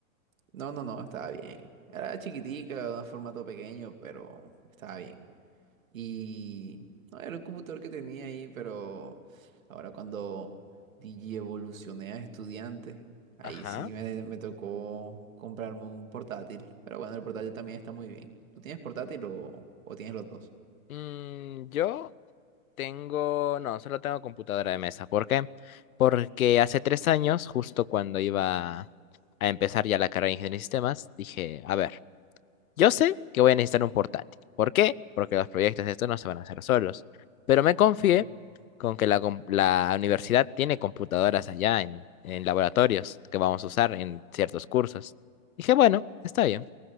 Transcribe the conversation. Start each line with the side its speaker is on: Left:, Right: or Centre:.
Right: no, no, no, estaba bien. Era chiquitica, de un formato pequeño, pero estaba bien. Y no, era un computador que tenía ahí, pero ahora cuando DJ evolucioné a estudiante, ahí
Left: Ajá.
Right: sí me, me tocó comprarme un portátil. Pero bueno, el portátil también está muy bien. ¿Tú tienes portátil o, o tienes los dos?
Left: Mm, yo Tengo, no, solo tengo computadora de mesa. ¿Por qué? Porque hace tres años, justo cuando iba a empezar ya la carrera de ingeniería de sistemas, dije, a ver, yo sé que voy a necesitar un portátil. ¿Por qué? Porque los proyectos de esto no se van a hacer solos. Pero me confié
Right: Mm.
Left: con que la, com- la universidad tiene computadoras allá en, en laboratorios que vamos a usar en ciertos cursos. Dije, bueno, está bien.